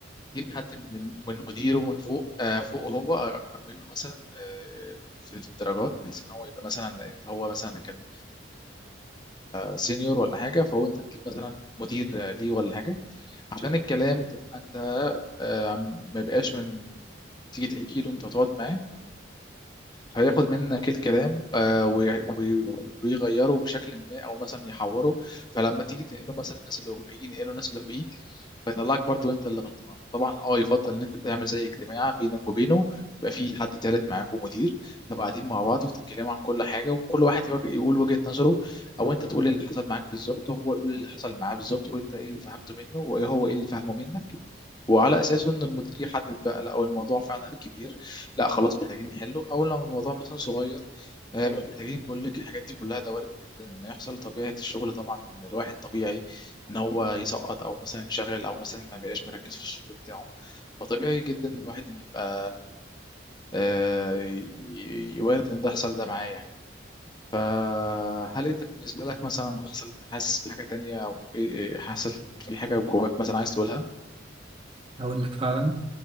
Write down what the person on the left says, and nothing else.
تجيب حد من الم- من مديره من فوق آه، فوق هو اكبر منه مثلا آه، في الدرجات بحيث ان هو يبقى مثلا انت هو مثلا كان سينيور ولا حاجه فهو انت تجيب مثلا مدير آه، ليه ولا حاجه عشان الكلام تبقى انت آه، ما يبقاش من تيجي تحكي له انت تقعد معاه فهياخد منك الكلام آه، وي- وي- ويغيره بشكل ما او مثلا يحوره فلما تيجي تنقله مثلا الناس اللي فوقيه ينقله الناس اللي فوقيه فيطلعك برضو انت اللي غلطان طبعا اه يفضل ان انت تعمل زي اجتماع بينك وبينه يبقى في حد تالت معاكم مدير تبقى قاعدين مع بعض وتتكلموا عن كل حاجه وكل واحد يواجه يقول وجهه نظره او انت تقول اللي حصل معاك بالظبط وهو يقول اللي حصل معاه بالظبط وانت ايه اللي فهمته منه وهو ايه اللي فهمه منك وعلى اساسه ان المدير يحدد بقى لا هو الموضوع فعلا كبير لا خلاص محتاجين نحله او لو الموضوع مثلا صغير آه، مش محتاجين كل الحاجات دي كلها ده وارد جدا ان يحصل طبيعه الشغل طبعا ان الواحد طبيعي ان هو يسقط او مثلا ينشغل او مثلا ما بيبقاش مركز في الشغل بتاعه فطبيعي جدا إن الواحد إن يبقى آه، ي- ي- وارد ان ده يحصل ده معاه يعني فهل انت بالنسبه لك مثلا حصل حاسس بحاجه تانية او إيه- إيه، حاسس في حاجه جواك مثلا عايز تقولها